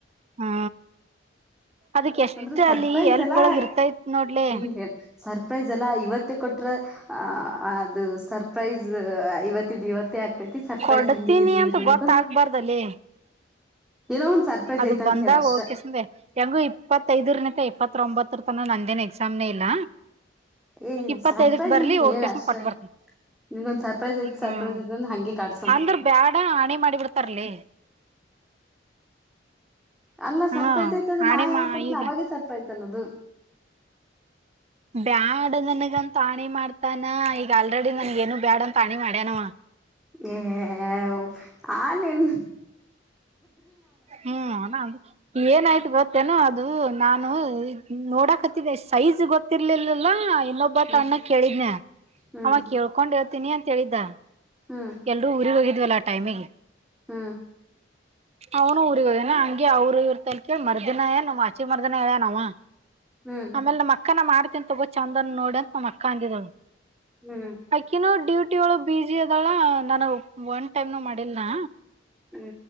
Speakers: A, on the right (about 35°); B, in the centre.
A: ಹ್ಮ ಅದಕ್ ಎಷ್ಟ
B: ಅಂದ್ರೆ ಸರ್ಪ್ರೈಸ್
A: ಅಲ್ಲಿ ಎಲ್ಪ್
B: ಎಲ್ಲಾ
A: ಒಳಗ ಇರ್ತೈತ್ ನೋಡ್ಲೆ
B: ಹಿಂಗೆ ಸರ್ಪ್ರೈಸ್ ಅಲ್ಲಾ ಇವತ್ತೇ ಕೊಟ್ರ ಹ ಅದು ಸರ್ಪ್ರೈಸ್ ಇವತ್ತಿದ್ದ ಇವತ್ತೇ ಆಗ್ತೈತಿ ಸರ್ಪ್ರೈಸ್
A: ಕೊಡತೀನಿ
B: ಹಂಗೆ ಇರ್ಲಿ
A: ಅಂತ
B: ಇರ್ಲಿ ಅನ್ಕೊಂಡ್
A: ಗೊತ್ತಗ್ಬಾರ್ದಲ್ಲೆ
B: ಏನೋ ಒಂದ್ ಸರ್ಪ್ರೈಸ್
A: ಅದು
B: ಐತ ಅಂತ
A: ಬಂದಾಗ
B: ಹೇಳ ಅಷ್ಟ
A: ಓಕೆಸಂದೆ ಹೆಂಗು ಇಪ್ಪತ್ತೈದರನೇಕ ಇಪ್ಪತ್ತ ಒಂಬತ್ತರ ತನ ನಂದೇನ್ ಎಕ್ಸಾಮ್ನೇ ಇಲ್ಲ
B: ಏ
A: ಇಪ್ಪತ್ತೈದಕ್
B: ಸರ್ಪ್ರೈಜ್
A: ಬರ್ಲಿ
B: ಅಂತ
A: ಹೋಗಕೆಸನ್
B: ಹೇಳ ಅಷ್ಟೇ
A: ಕೊಟ್ಟ ಬರ್ತನಿ
B: ನಿಮ್ಗೊಂದ್ ಸರ್ಪ್ರೈಸ್ ಐತ್ ಸರ್ಪ್ರೈಸ್
A: ಹ್ಮ್
B: ಅಂದು ಹಂಗೆ ಕಾಡ್ಸ
A: ಅಂದ್ರ ಬ್ಯಾಡ ಹಣೆ ಮಾಡಿ ಬಿಡ್ತಾರಲ್ಲೆ
B: ಅಲ್ಲ ಸರ್ಪ್ರೈಸ್
A: ಹಾ
B: ಐತದ
A: ಆಣಿ
B: ನಾ ಯಾವಾಗ
A: ಮಾ
B: ಕೊಡ್ತನ
A: ಈಗ
B: ಅವಾಗೆ ಸರ್ಪ್ರೈಜ್ ಅನ್ನೋದು
A: ಬ್ಯಾಡ್ ನನ್ಗಂತ ಆಣಿ ಮಾಡ್ತಾನ ಈಗ ಆಲ್ರೆಡಿ ನನ್ಗ ಏನು ಬ್ಯಾಡ ಅಂತ ಆಣಿ ಮಾಡ್ಯನವ
B: ಏ ಆಣೆ ನಿನ್
A: ಹ್ಮ್ ಅಣ ಅದ ಏನಾಯ್ತ ಗೊತ್ತೇನೋ ಅದು ನಾನು ನೋಡಾಕತ್ತಿದ್ದೆ ಸೈಜ್ ಗೊತ್ತ ತ್ತರ್ಲಿಲ್ಲಿಲ್ಲ ಇನ್ನೊಬ್ಬತ
B: ಹ್ಮ್
A: ಅಣ್ಣಾಗ್ ಕೇಳಿದ್ನ
B: ಹ್ಮ್
A: ಅವ ಕೇಳ್ಕೊಂಡ್ ಹೇಳ್ತೀನಿ ಅಂತ ಹೇಳಿದ್ದ.
B: ಹ್ಮ
A: ಎಲ್ರು ಊರಿಗ ಹೋಗಿದ್ವಲ್ಲ ಆ ಟೈಮಿಗ.
B: ಹ್ಮ್
A: ಅವ್ನು ಊರಿಗ ಹೋಗ್ಯಾನ್ ಹಂಗೆ ಅವ್ರು ಇವ್ರತ ಕೇಳಿ ಮರ್ದಿನ ಏನ್ ಆಚೆ ಮರ್ದಿನ ಹೇಳ್ಯಾನ್ ಅವ್.
B: ಹ್ಮ್
A: ಆಮೇಲ್ ನಮ್ಮ ಅಕ್ಕನ ನಾ ಮಾಡ್ತೆನ್ ತಗೋ ಚಂದನ್ ನೋಡಿ ಅಂತ್ ನಮ್ಮ್ ಅಕ್ಕ ಅಂದಿದಳ.
B: ಹ್ಮ್
A: ಅಕಿನೂ ಡ್ಯೂಟಿ ಒಳಗ್ ಬಿಸಿ ಅದಾಳ ನನಗ್ ಒನ್ ಟೈಮ್ನು ಮಾಡಿಲ್ನಾ.
B: ಹ್ಮ್